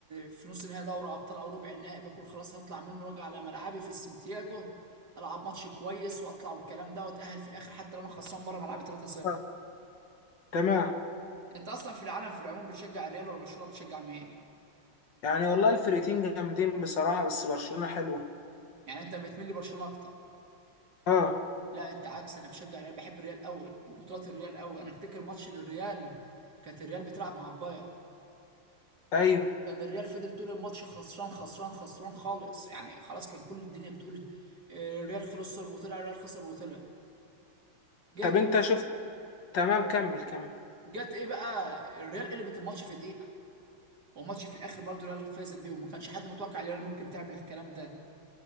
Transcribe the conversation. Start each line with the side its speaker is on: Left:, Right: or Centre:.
Right: في نص نهائي دوري ابطال او ربع النهائي بكون خلاص هطلع منه واجي على ملعبي في السنتياجو العب ماتش كويس واطلع والكلام ده واتاهل في الاخر حتى لو انا خسران بره ملعبي 3-0
Left: آه، تمام
Right: انت اصلا في العالم في العموم بتشجع الريال ولا برشلونه بتشجع مين
Left: يعني والله الفرقتين جامدين بصراحة بس برشلونة حلوة
Right: يعني انت بتميل لبرشلونه اكتر
Left: اه
Right: لا انت عكس انا بشجع الريال بحب الريال قوي وبطولات الريال قوي انا افتكر ماتش للريال كانت الريال بتلعب مع البايرن
Left: ايوه
Right: كان الريال فضل طول الماتش خسران خسران خسران خالص يعني خلاص كان كل الدنيا بتقول اه، الريال خسر وطلع الريال خسر وطلع جه
Left: طب
Right: كده
Left: انت شفت تمام كمل كمل
Right: جت ايه بقى الريال قلبت الماتش في دقيقه والماتش في الاخر برضه الريال فازت بيهم ما كانش حد متوقع الريال ممكن تعمل الكلام ده